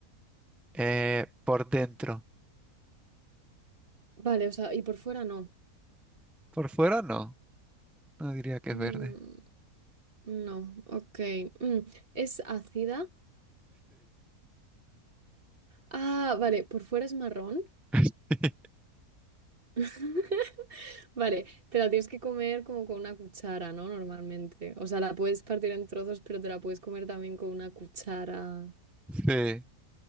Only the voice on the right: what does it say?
Vale, o sea, y por fuera no.
Mm,
no, ok. Mm, ¿es ácida? Ah, vale, por fuera es marrón.
<laughs> Vale, te la tienes que comer como con una cuchara, ¿no? Normalmente. O sea, la puedes partir en trozos, pero te la puedes comer también con una cuchara.